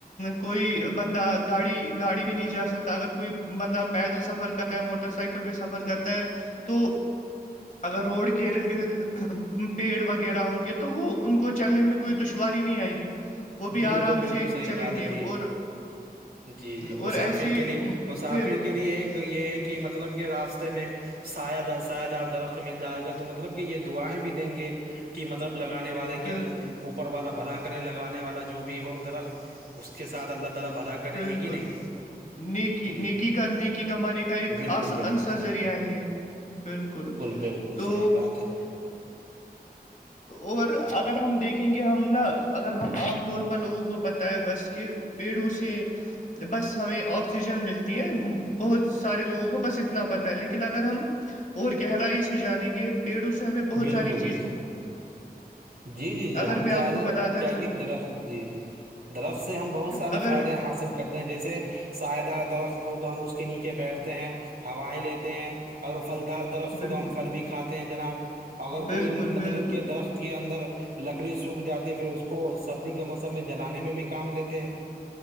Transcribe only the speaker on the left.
کوئی بندہ گاڑی گاڑی میں نہیں جا سکتا اگر کوئی بندہ پیدل سفر کر تا ہے موٹر سائیکل پہ سفر کرتا ہے تو اگر روڈ کے ارد گرد پیڑ وغیرہ ہوں گے تو وہ ان کو چلنے میں کوئی دشواری نہیں آئے گی وہ بھی
آرام
سے
چلیں
گے
اور
اور
ایسے
پھر
بالکل
بالکل
نیکی
نیکی کا نیکی گمانے کا ایک
آسان
سا
ذریعہ ہے یہ بالکل
تو
اور اگر ہم دیکھیں گے ہم نا اگر ہم عام طور پر لوگوں کو پتا ہے بس کے پیڑوں سے بس ہمیں آکسیجن ملتی ہے بہت سارے لوگوں کو بس اتنا پتاہ ہے لیکن اگر ہم اور گہرائی سے جانیں گے پیڑوں سے ہمیں بہت
ساری چیز
اگر
میں
آپ کو
بتاتا
چلوں
اگر
بالکل
بالکل
بالکل